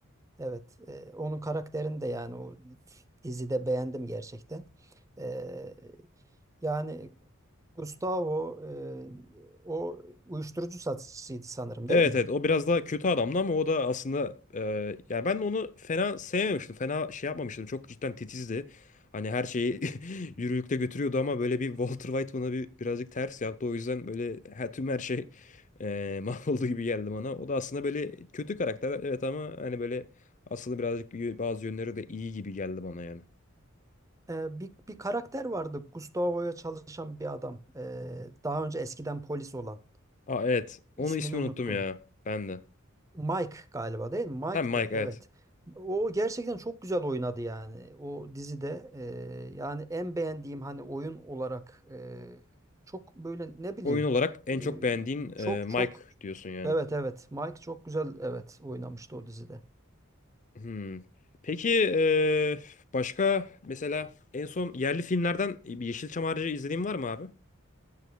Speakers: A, on the right (about 15°); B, on the left (about 35°).
A: evet. eee, onun karakterini de yani o dizide beğendim gerçekten. Eee, yani Gustavo eee, o uyuşturucu satıcısıydı sanırım
B: Evet
A: değil mi?
B: evet o biraz daha kötü adamdı ama o da aslında e, yani ben de onu fena sevmemiştim. Fena şey yapmamıştım. Çok cidden titizdi. Hani her şeyi <laughs> yürürlükte götürüyordu ama böyle bir Walter White bana bir birazcık ters yaptı. O yüzden böyle her, tüm her şey e, <laughs> mahvoldu gibi geldi bana. O da aslında böyle kötü karakter evet ama hani böyle aslında birazcık yö- bazı yönleri de iyi gibi geldi bana yani.
A: Ee, bir, bir karakter vardı. Gustavo'ya çalışan bir adam. Ee, daha önce eskiden polis olan.
B: Aa evet
A: İsmini
B: onun ismini
A: unuttum.
B: unuttum ya ben de.
A: Mike galiba değil mi? Mike'tı.
B: Hem Mike
A: Evet.
B: evet.
A: O gerçekten çok güzel oynadı yani. O dizide Ee, yani en beğendiğim hani oyun olarak ee, çok böyle ne bileyim
B: Oyun olarak en
A: ee,
B: çok beğendiğin e,
A: çok
B: Mike
A: çok
B: diyorsun yani.
A: evet evet Mike çok güzel evet oynamıştı o dizide.
B: Hmm. Peki eee, başka mesela en son yerli filmlerden bir Yeşilçam harici izlediğin var mı abi?